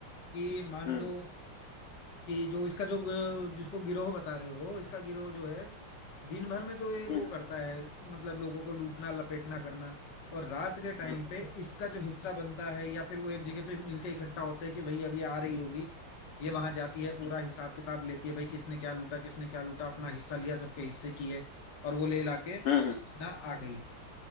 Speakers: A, on the left; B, on the left.
A: कि मान
B: हम्म
A: लो कि जो इसका जो ग- जिसको गिरोह बता रहे हो इसका गिरोह जो है दिन भर में तो ये वो
B: हम्म
A: करता है मतलब लोगों को लूटना लपेटना करना और रात के टाइम
B: हम्म
A: पे इसका जो हिस्सा बनता है या फिर वो एक जगह पे मिलके इकट्ठा होते हैं कि भाई अभी आ रही होगी ये वहां जाती है पूरा हिसाब किताब लेती है भाई किसने क्या लूटा किसने क्या लूटा अपना हिस्सा लिया सबके हिस्से किए और वो ले लाके
B: हम्म हम्म,
A: ना आ गई